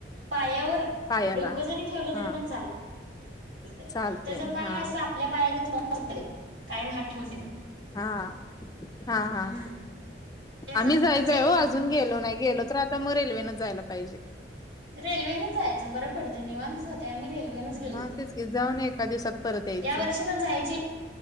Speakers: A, on the right; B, on the left.
A: पायावर
B: पायाला
A: डोकं जरी ठेवलं
B: हा
A: तरी पण चालतय. त्याचा
B: चालते
A: पाय
B: हा
A: असं आपल्या पाया गत <inaudible> कायम हात ठेवून ठेवून.
B: हा हा हा
A: हम्म तेच
B: आम्ही जायचंय
A: म्हणजे
B: हो आ अजून गेलो नाही गेलो तर आता मग रेल्वे न जायला पाहिजे.
A: रेल्वेन जायचं बरं पडतं निवांच जात. आम्ही रेल्वेच गेलतो,
B: हा तेच की जाऊन एका दिवसात परत यायचं
A: यावर्षी पण जायची इच्छा